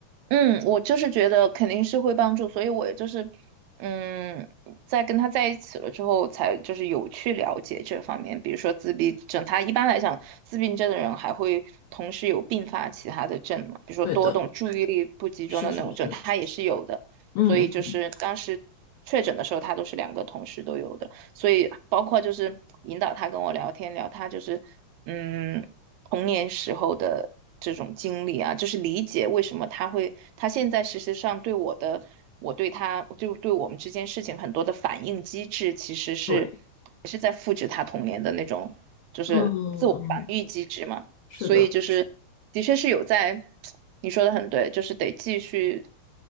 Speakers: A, on the right; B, on the left.
A: 嗯，我就是觉得肯定是会帮助，所以我也就是，嗯，在跟他在一起了之后，才就是有去了解这方面，比如说自闭症，他一般来讲，自闭症的人还会同时有并发其他的症嘛，比如说多动、
B: 对的，
A: 注意力不集中的那种症，
B: 是是是，
A: 他也是有的，
B: 嗯嗯，
A: 所以就是当时确诊的时候，他都是两个同时都有的，所以包括就是引导他跟我聊天，聊他就是。嗯，童年时候的这种经历啊，就是理解为什么他会，他现在事实上对我的，我对他，就对我们之间事情很多的反应机制，其实是也是在复制他童年的那种，
B: 对，
A: 就是自我防御机制嘛。
B: 嗯嗯，嗯是的，
A: 所以就是，的确是有在，<tsk> 你说的很对，就是得继续